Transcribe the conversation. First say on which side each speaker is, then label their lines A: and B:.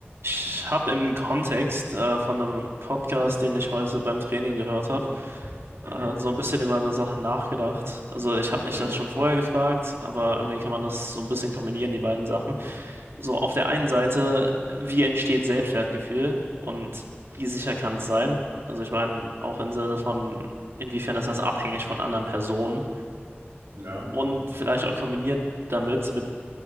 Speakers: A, on the right; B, on the right.
A: Ich habe im Kontext äh, von einem Podcast, den ich heute beim Training gehört habe, äh,
B: Mhm,
A: so ein bisschen über eine Sache nachgedacht. Also ich habe
B: okay.
A: mich das schon vorher gefragt, aber irgendwie kann man das so ein bisschen kombinieren, die beiden Sachen. So auf der einen Seite, wie entsteht Selbstwertgefühl und wie sicher kann es sein? Also ich meine, auch im Sinne von, inwiefern ist das abhängig von anderen Personen
B: Ja.
A: und vielleicht auch kombiniert damit mit